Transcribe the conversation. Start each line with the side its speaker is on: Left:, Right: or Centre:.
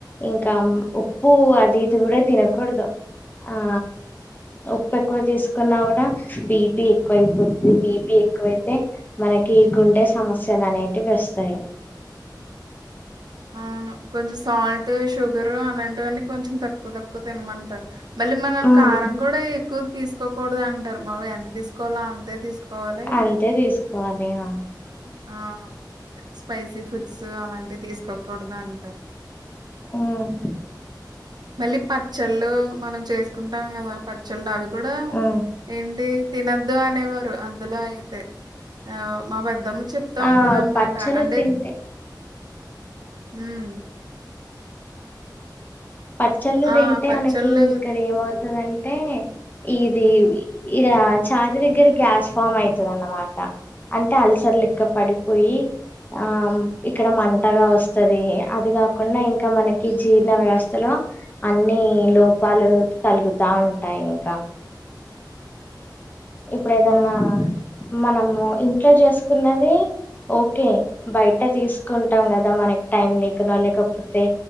Left: ఇంకా ఉప్పు అది ఇది కూడా తినకూడదు ఆ ఉప్పు ఎక్కువ తీసుకున్నా కూడా బీపి ఎక్కువ అయిపోతుంది బీపి ఎక్కువైతే మనకి గుండె సమస్యలు అనేటివి వస్తాయి
Right: అవును కొంచెం సాల్ట్ షుగరు అలాంటివన్నీ కొంచెం తక్కువ తక్కువ తినమంటారు మళ్ళీ మనం
Left: ఉమ్.
Right: కారం కూడా ఎక్కువ తీసుకోకూడదు అంటారు మళ్ళు ఎంత తీసుకోవాలో అంతే తీసుకో వలే
Left: అంతే తీసుకోవాలి ఆ
Right: ఆ ఆ స్పైసీ ఫుడ్స్ అలాంటివి తీసుకోకూడదు అంటా
Left: ఉమ్
Right: మళ్ళీ పచ్చళ్ళు మనం చేసుకుంటాం కదా పచ్చళ్ళు అవి కూడా
Left: ఆ
Right: ఏంటి తినద్దు అనేవారు అ అందులో అయితే ఆ మా పెద్దమ్మ చెప్తా
Left: ఆ
Right: ఉంటది అనమాట
Left: పచ్చలు
Right: అంటే
Left: తింటే
Right: ఉమ్
Left: పచ్చళ్ళు
Right: ఆ
Left: తింటే
Right: పచ్చళ్ళు
Left: మనకి ఇక్కడ ఏమవుతదం అంటే ఇది ఇడ చాతి దగ్గర గ్యాస్ ఫామ్ అయితది అన్నమాట అంటే అల్సర్ లెక్క పడిపోయి ఆం ఇక్కడ మంటగా వస్తది అది కాకుండా ఇంకా మనకి జీర్ణ వ్యవస్ స్థలో అన్ని లోపాలు కలుగుతాంటాయి ఇంక ఇప్పుడు ఏదన్న
Right: ఆ అదే
Left: మనము ఇంట్లో చేసుకున్నవి ఓకే బయట తీసుకుంటాం కదా మనకి టైం లేకనో లేకపోతే